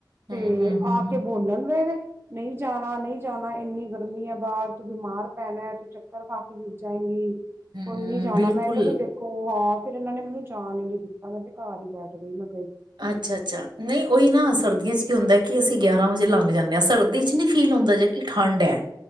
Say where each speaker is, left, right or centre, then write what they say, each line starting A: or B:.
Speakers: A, on the right (about 30°); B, on the right (about 70°).
A: ਤੇ
B: ਹਮ ਹਮ ਹਮ ਹਮ ਹਮ
A: ਆ ਕੇ ਬੋਲਣ ਬਹਿ ਗਏ ਨਹੀਂ ਜਾਣਾ ਨਹੀਂ ਜਾਣਾ ਇੰਨੀ ਗਰਮੀ ਹੈ ਬਾਹਰ ਤੂੰ ਬਿਮਾਰ ਪੈਣਾ ਤੂੰ ਚੱਕਰ ਖਾ ਕੇ ਗਿਰ ਜਾਏਂਗੀ
B: ਹਮ,
A: ਕੋਈ ਨੀ ਜਾਣਾ,
B: ਬਿਲਕੁਲ
A: ਮੈਂ ਕਿਹਾ ਵੀ ਦੇਖੋ ਹਾਂ ਫੇਰ ਇਹਨਾਂ ਨੇ ਮੈਨੂੰ ਜਾਾਨ ਹੀ ਨੀ ਦਿੱਤਾ ਮੈਂ ਤੇ ਘਰ ਹੀ ਬੈਠ ਗਈ ਮ
B: ਅੱਛਾ- ਅੱਛਾ ਨਹੀਂ ਉਹੀ ਨਾ, ਸਰਦੀਆਂ ਚ ਕੀ ਹੁੰਦਾ ਕਿ ਅਸੀਂ ਗਿਆਰਾਂ ਵਜੇ ਲੰਘ ਜਾਂਦੇ ਹਾਂ ਸਰਦੀ ਚ ਨੀ ਫੀਲ ਹੁੰਦਾ ਜੇ ਕਿ ਠੰਡ ਹੈ।